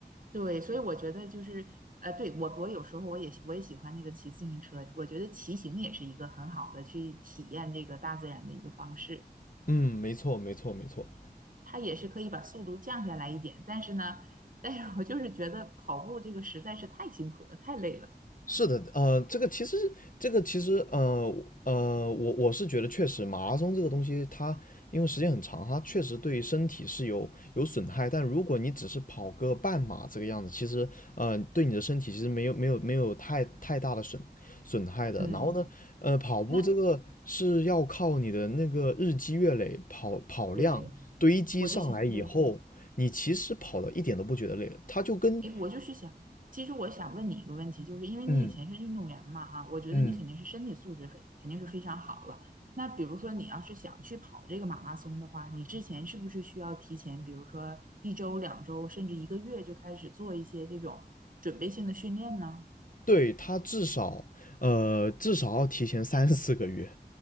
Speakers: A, on the right (about 55°); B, on the left (about 55°).
A: 对，所以我觉得就是，呃，对，我我有时候我也喜我也喜欢那个骑自行车，我觉得骑行也是一个很好的去体验这个大自然的一个方式，
B: 嗯，没错没错没错，
A: 它也是可以把速度降下来一点，但是呢，但是我就是觉得跑步这个实在是太辛苦了，太累了，
B: 是的，呃，这个其实，这个其实，呃，呃，我我是觉得确实，马拉松这个东西它，因为时间很长，它确实对身体是有有损害。但如果你只是跑个半马这个样子，其实，呃，对你的身体其实没有没有没有太太大的损损害的。
A: 嗯，
B: 然后呢，呃，跑步这个是要靠你的那个日积月累，
A: 那
B: 跑跑量堆积上来以后，
A: 对，我就想对。
B: 你其实跑的一点都不觉得累了，它就跟。
A: 诶，我就是想，其实我想问你一个问题，就是因为你以前是运动员嘛，
B: 嗯
A: 哈，我觉得你肯定是身体素质非肯定是非常好了。
B: 嗯，
A: 那比如说你要是想去跑这个马拉松的话，你之前是不是需要提前，比如说一周、两周，甚至一个月就开始做一些这种准备性的训练呢？
B: 对他至少呃至少要提前三四个月，